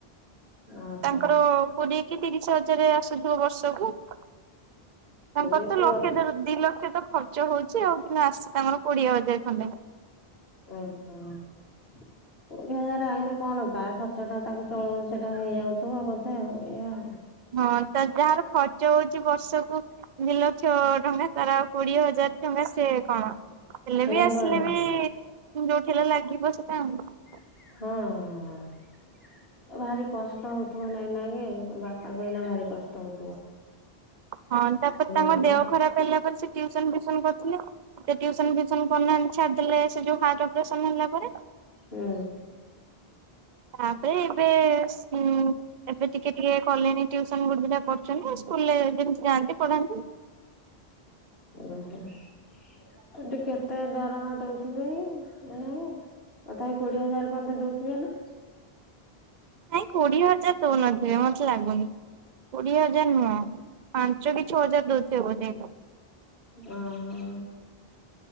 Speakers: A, on the left; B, on the right.
A: ଓହୋ
B: ତାଙ୍କର କୋଡ଼ିଏ କି ତିରିଶ ହଜାରେ ଆସୁଥିବ ବର୍ଷକୁ। ତାଙ୍କର
A: ଏ
B: ତ
A: ପୁଅ
B: ଲକ୍ଷେ ଦେଢ଼ ଦି ଲକ୍ଷ ତ ଖର୍ଚ୍ଚ ହଉଛି ଆଉ କିନ୍ତୁ ଆସୁଛି ତାଙ୍କର କୋଡ଼ିଏ ହଜାର ଖଣ୍ଡେ।
A: ଓଁ ହଁ ଓ। କୋଡ଼ିଏ ହଜାର ଆଇନେ କଣ ତା ଖର୍ଚ୍ଚଟା ତାକୁ ଚଳଉ ସେଇଟା ହେଇଯାଉଥିବ ବୋଧେ ଆଉ ଏଇଆ।
B: ହଁ ତା ଯାହାର ଖର୍ଚ୍ଚ ହୋଉଛି ବର୍ଷକୁ ଦି ଲକ୍ଷ ଟଙ୍କା ତାର ଆଉ କୋଡ଼ିଏ ହଜାର ଟଙ୍କା ସେ କଣ? ହେଲେ
A: ସେ
B: ବି ଆସିଲେ
A: ବା
B: ବି ଯୋଉଠି ହେଲେ ଲାଗିବ ସେଟା ଆଉ।
A: ହଁ। ଆ ଭାରି କଷ୍ଟ ହଉଥିବ ନାଇଁ ନାଁ କୀ ବାପାଙ୍କୁ ଏଇନା ଭାରି କଷ୍ଟ ହୋଉ
B: ହଁ ତାପରେ ତାଙ୍କ
A: ହୁଁ ଓହୋ
B: ଦେହ ଖରାପ ହେଲା ପରେ ସେ ଟ୍ୟୁସନ ଫ୍ୟୁସନ କରିଥିଲେ ସେ ଟ୍ୟୁସନ ଫ୍ୟୁସନ କରୁନାହାନ୍ତି ଛାଡ଼ିଦେଲେ ସେ ଯୋଉ ହାଟ୍ ଅପରେସନ ହେଲା ପରେ।
A: ହୁଁ।
B: ତାପରେ ଏବେ ସୁଁ ଏବେ ଟିକେ ଟିକେ କଲେଣି ଟ୍ୟୁସ୍ ସନ୍ ଗୋଟେ ଦିଟା କରୁଛନ୍ତି ସ୍କୁଲରେ ଯେମିତି ଯାଆନ୍ତି ପଢ଼ାନ୍ତି।
A: ଓହୋ ସେଠି କେତେ ଦରମା ଦଉଥିବେ କି <unintelligible> ତଥାବି କୋଡିଏ ହଜାର ପର୍ଯ୍ୟନ୍ତ ଦେଉଥିବେନା।
B: ନାଇଁ କୋଡିଏ ହଜାର ଦଉନଥିବେ ମତେ ଲାଗୁନି କୋଡିଏ ହଜାର ନୁହଁ ପାଞ୍ଚ କି ଛଅ ହଜାର ଦଉଥିବେ ବୋଧେ।
A: ଓ ହୋ